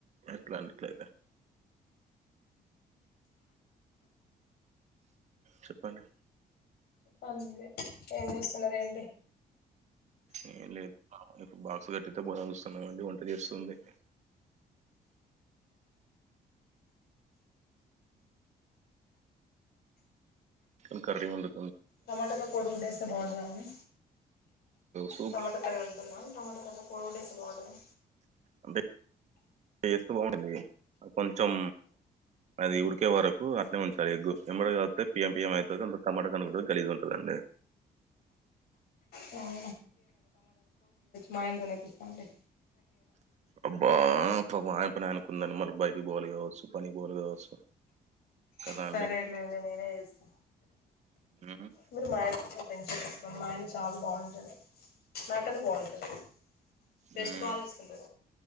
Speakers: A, on the right; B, on the left.
A: ఎట్లాండి ఇట్లైతే చెప్పండి
B: చెప్పాలి మీరే ఏం జేస్తున్నారు ఏంటి
A: ఏం లేదు బా బాక్స్ గట్టిస్తే పోదాం అని జూస్తున్నా అండి వంట జేస్తుంది <inaudible> తను కర్రీ వండు
B: టమాటాలో కొడిగుడ్డేస్తే బాగుంటుదా అండి
A: సూప్
B: టమాటాకాయ వండుతున్నా టమాట దాంట్లా కోడిగుడ్డు ఇస్తే బాగుంటాదా
A: అంటే ఎస్తూ బాగుండంది కొంచెం అది ఉడికే వరకు అనే ఉంచాలి ఎగ్గు ఎంమటేకలిపితే పిఎం పిఎం అవుతుంది అంత టమాట కనుకు గలీజు గా ఉంటుందండి
B: ఆ మాయనతోనేపిస్తాండి
A: అబ్బా పాపం కుందాని మళ్ళీ బయటకి పోవాలి కావచ్చు పనికి పోవాలి కావచ్చు కదా
B: సరేలేండి
A: అండి?
B: నేనే చేస్తా
A: హ్మ్.
B: మీరి మా టెన్షన్ అమా ఆయన చాలా బాగుండుతాడు నాకన్నా బాగుంటది బెస్ట్
A: హ్మ్.
B: బాగా తీసుకుంది